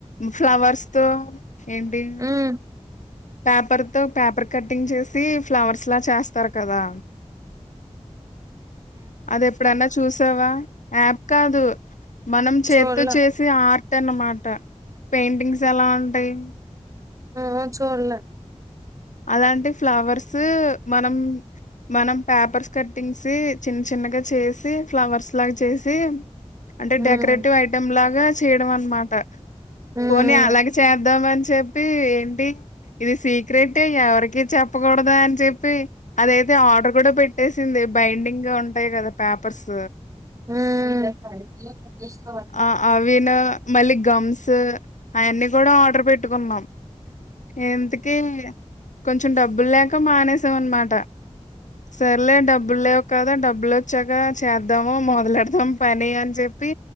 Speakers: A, on the left; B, on the right.
A: ఫ్లవర్స్ తో ఏంటి
B: ఉమ్
A: పేపర్ తో పేపర్ కటింగ్ చేసి ఫ్లవర్స్ లా చేస్తారు కదా అది ఎప్పుడన్నా చూసావా యాప్ కాదు మనం చేతితో
B: చూడలే
A: చేసే ఆర్ట్ అన్నమాట పెయింటింగ్స్ ఎలా ఉంటాయి
B: ఆ చూడలే
A: అలాంటి ఫ్లవర్స్ మనం మనం పేపర్స్ కటింగ్స్ చిన్న చిన్నగా చేసి ఫ్లవర్స్ లాగా చేసి అంటే డెకరేటివ్
B: ఉమ్
A: ఐటెం లాగా చేయడం అనమాట
B: ఉమ్
A: పోనీ అలాగే చేద్దామ అని చెప్పి ఏంటి ఇది సీక్రెట్ అంటే ఎవరికి చెప్పకూడదా అని చెప్పి అదయితే ఆర్డర్ కూడా పెట్టేసింది బైండింగ్ గా ఉంటాయి కదా పేపర్స్
B: ఉ చేసుకోవాలి
A: ఆ అవిను మళ్ళీ గమ్స్ అవన్నీ కూడా ఆర్డర్ పెట్టుకున్నాం ఇంతకి కొంచెం డబ్బులు లేక మానేసాం అనమాట సరేలే డబ్బులు లేవు కదా డబ్బులు వచ్చాక చేద్దాము మొదలేడుదాం పని అని చెప్పి